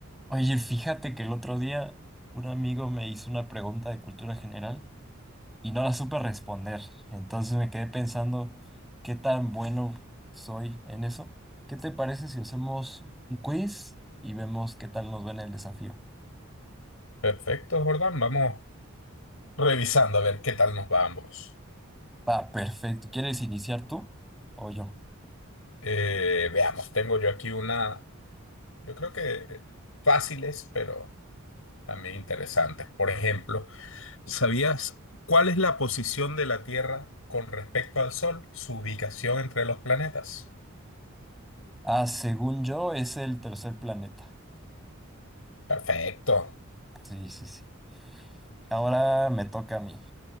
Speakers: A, in the centre; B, on the left (about 75°).
A: Oye, fíjate que el otro día un amigo me hizo una pregunta de cultura general y no la supe responder. Entonces me quedé pensando qué tan bueno soy en eso. ¿Qué te parece si hacemos un quiz y vemos qué tal nos va en el desafío?
B: Perfecto, Jordan. Vamos revisando a ver qué tal nos va a ambos.
A: Va, perfecto. ¿Quieres iniciar tú o yo?
B: Eh, veamos, tengo yo aquí una, yo creo que fáciles, pero también interesantes. Por ejemplo, ¿sabías cuál es la posición de la Tierra con respecto al Sol, su ubicación entre los planetas?
A: Ah, según yo es el tercer planeta.
B: Perfecto.
A: Sí, sí, sí. Ahora me toca a mí.